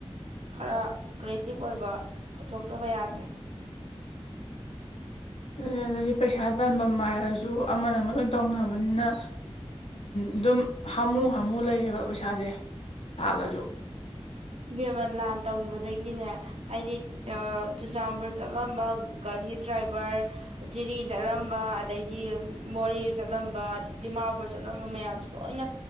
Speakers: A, on the right; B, on the left.
A: ꯈꯔ ꯀ꯭ꯔꯤꯌꯦꯇꯤꯞ ꯑꯣꯏꯕ ꯄꯨꯊꯣꯛꯇꯕ ꯌꯥꯗ꯭ꯔꯦ
B: ꯑꯗꯨ ꯑꯗꯨꯗꯤ ꯄꯩꯁꯥ ꯇꯟꯐꯝ ꯃꯥꯏꯔꯁꯨ ꯑꯃꯅ ꯑꯃ ꯑꯣꯏꯅ ꯑꯣꯏꯅ ꯇꯧꯅꯕꯅꯤꯅ ꯑꯗꯨꯝ ꯍꯥꯃꯨ ꯍꯥꯝꯃꯨ ꯂꯩꯌꯦꯕ ꯄꯩꯁꯥꯁꯦ ꯆꯥꯂꯣꯖꯣ
A: ꯏꯦꯝꯃ ꯂꯥꯟ ꯇꯧꯈꯤꯕꯗꯒꯤꯗꯤꯅꯦ ꯍꯥꯏꯗꯤ ꯆꯨꯔꯆꯥꯟꯄꯨꯔ ꯆꯠꯂꯝꯕ ꯒꯥꯔꯤ ꯗ꯭ꯔꯥꯏꯚꯔ ꯖꯤꯔꯤ ꯆꯠꯂꯝꯕ ꯑꯗꯩꯗꯤ ꯃꯣꯔꯦ ꯆꯠꯂꯝꯕ ꯗꯤꯃꯥꯄꯨꯔ ꯆꯠꯂꯝꯕ ꯃꯌꯥꯝꯁꯦ ꯂꯣꯏꯅ